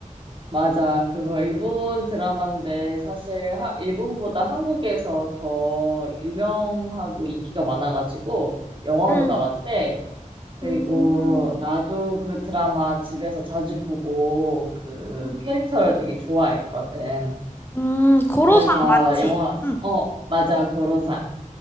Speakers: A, on the right; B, on the left.
A: 맞아. 그거 일본 드라마인데 사실 하- 일본보다 한국에서 더 유명하고 인기가 많아가지고 영화로
B: 응.
A: 나왔대. 그리고
B: 음,
A: 나도 그 드라마 집에서 자주 보고 그
B: 음,
A: 캐릭터를 되게 좋아했거든.
B: 음, 고로상
A: 그래서
B: 맞지?
A: 영화,
B: 응.
A: 어, 맞아, 고로상.